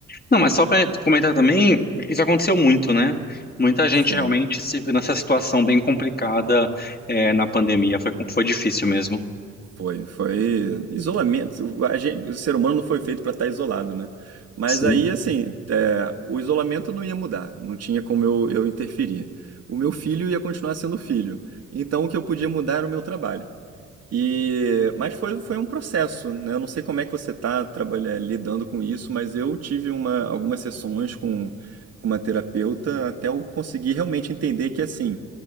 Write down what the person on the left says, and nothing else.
Não, mas
só para comentar também, isso aconteceu muito, né? Muita gente
realmente se viu nessa situação bem complicada, é, na pandemia. Foi, foi difícil mesmo.
Sim.